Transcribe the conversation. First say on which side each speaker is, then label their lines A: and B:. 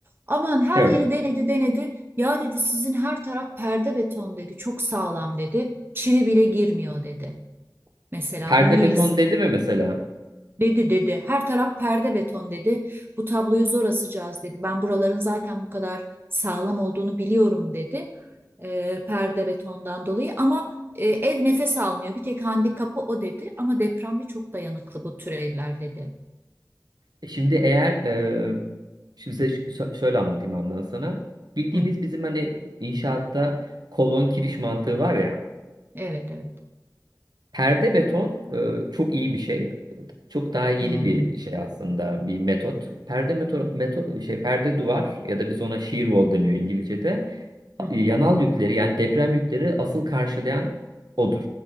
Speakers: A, on the right (about 30°); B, on the right (about 65°).
A: Aman her
B: Evet.
A: yeri denedi denedi. Ya dedi sizin her taraf perde beton dedi. Çok sağlam dedi. Çivi bile girmiyor dedi. Mesela
B: Perde
A: bununla il-
B: beton dedi mi mesela?
A: Dedi dedi. Her taraf perde beton dedi. Bu tabloyu zor asacağız dedi. Ben buraların zaten bu kadar sağlam olduğunu biliyorum dedi. Ee, perde betondan dolayı ama e, ev nefes almıyor. Bir tek handikapı o dedi. Ama depremde çok dayanıklı bu tür evler dedi.
B: E, Şimdi eğer e, şimdi size ş- şö- şöyle anlatayım andan sana. Bildiğimiz
A: Hı,
B: bizim hani inşaatta kolon kiriş mantığı var ya.
A: evet evet.
B: Perde beton e, çok iyi bir şey. Çok daha yeni
A: Hmm,
B: bir şey aslında bir metot. Perde meto,
A: hı,
B: meto şey perde duvar ya da biz ona shear wall deniyor İngilizce'de.
A: hı,
B: E, Yanal
A: hı,
B: yükleri yani deprem yükleri asıl karşılayan odur.